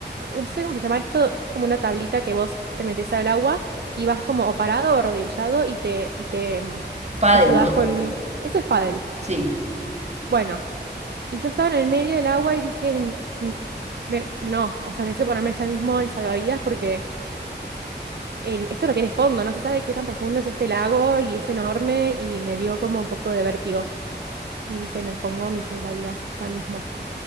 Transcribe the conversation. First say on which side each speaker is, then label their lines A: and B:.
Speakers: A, on the right; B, on the right.
A: no sé cómo se llama esto, que es como una tablita que vos te metes al agua y vas como o parado o arrodillado y te, y te, em,
B: Pádel,
A: te ayudás
B: ¿no?
A: con... Eso es pádel.
B: Sí.
A: Bueno, y yo estaba en el medio del agua y dije, "Mm, me- no, o sea, necesito ponerme ya mismo el salvavidas porque... en- esto no tiene fondo, no se sabe qué tan profundo es este lago y es enorme y me dio como un poco de vértigo. Y dije, me pongo mis salvavidas ya mismo.